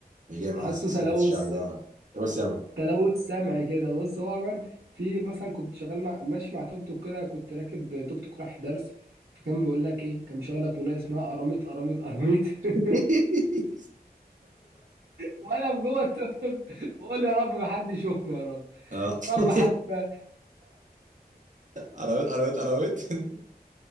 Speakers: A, on the right; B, on the right.
A: مش جاي مع
B: حاسه
A: سكه
B: تلوث
A: الشعب ده طب سامع
B: تلوث سمعي كده بص هو عموما في مثلا كنت شغال مع ماشي مع توك توك كده كنت راكب توك توك رايح درس فكان بيقول لك ايه كان مشغل لك اغنيه اسمها قراميط قراميط قراميط <laughs>
A: <laughs>
B: وانا في جوه التوك توك بقول يا رب ما حد يشوفنا يا رب
A: اه
B: يا رب
A: <laughs>
B: حد <laughs>
A: قرويت قرويت قرويت <laughs>